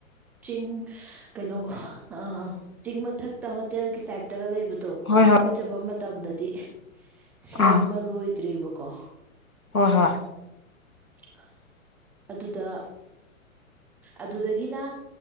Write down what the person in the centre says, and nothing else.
ꯆꯤꯡ ꯀꯩꯅꯣꯒ <unintelligible> ꯆꯤꯡ ꯃꯊꯛꯇ ꯍꯣꯇꯦꯜꯒꯤ ꯇꯥꯏꯞꯇꯒ ꯂꯩꯕ ꯇꯣ ꯑꯩꯈꯣꯏ
ꯆꯠꯄ ꯃꯇꯝꯗꯗꯤ ꯁꯦꯝꯕ
ꯂꯣꯏꯗ꯭ꯔꯤꯕ ꯀꯣ
<unintelligible> ꯑꯗꯨꯗ ꯑꯗꯨꯗꯒꯤꯅ